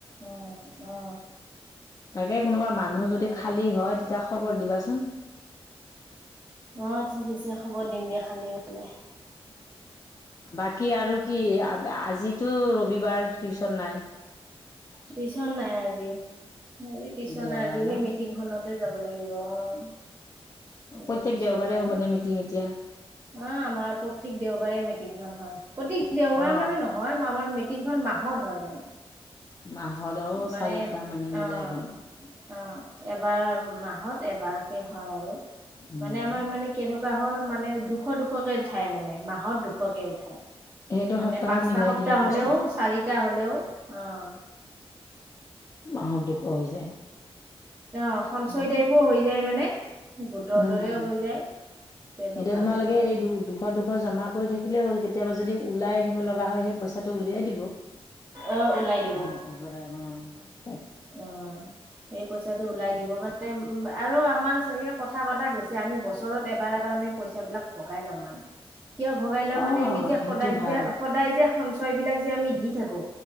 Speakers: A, on the right; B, on the left.
A: অঁ, অ!
B: কে কোনোবা মানুহ
A: সেই
B: যদি খালি হয় তেতিয়া খবৰ দিবাচোন।
A: অ' ঠিক আছে খবৰ দিম দিয়া খালি হ'লে।
B: বাকী আৰু কি আব, আজিতো ৰবিবাৰ টিউচন নাই?
A: টিউশন নাই আজি। আজি টিউশন
B: দেওবাৰ
A: নাই আজি সেই
B: ন
A: মিটিংখনত- তে যাব লাগিব অ'। আজি
B: প্ৰত্যেক
A: টিউচন
B: দেওবাৰে
A: নাই,
B: হ'বনে মিটিং এতিয়া?
A: অ' আমাৰ প্ৰতিক দেওবাৰে মিটিংখন হয়। প্ৰতি দেওবাৰ
B: অ
A: মানে নহয় মই আমাৰ মি- টিংখন মাহত হয় মানে।
B: মাহত অ
A: মানে,
B: চাৰিটা মানে মিলাই
A: অ, অ,
B: পেলাই
A: এবাৰ মাহত এবাৰ এ হয় আৰু
B: উম
A: মানে আমাৰ মানে কেনেকুৱা হ'ল মানে দুশ-দুশকে উঠাই মানে মাহত দুশকে উঠায়।
B: সেইটো
A: মানে
B: সপ্তাহত
A: পাঁচটা
B: মিলাই
A: সপ্তাহ
B: দিয়ে
A: হলেও
B: বস্তুটো
A: চাৰিটা হলেও, আহ
B: নাহত দুখ হৈ যায়।
A: অহ, সঞ্চয়
B: উম
A: টাইপো হৈ যায় মানে। গোটৰ
B: উম
A: দৰেও
B: উম
A: হৈ যায়। তেনেকুৱাকে
B: এতিয়া তোমালোকে
A: কৰে
B: এই দু, দুশ- দুশ জমা কৰি থাকিলেই হ'ল। কেতিয়াবা যদি ওলাই আহিব লগা হয় সেই পইচাটো উ- উলিয়াই দিব।
A: অ ওলাই দিব
B: বেংকৰ পৰা অ'!
A: অ'! সেই পইচাটো উলাই দিব মানে, উম আৰু আমাৰ চাগে, কথা পতা গৈছে। আমি, বছৰত এবাৰ-এবাৰ আমি পইচাবিলাক ভগাই লম, মানে। কিয় ভগাই লওঁ
B: অ'
A: মানে! আমি যে,
B: সেইটো
A: সদায়
B: ভাল।
A: যে, সদায় যে, সঞ্চয় বিলাক যে, আমি দি থাকোঁ।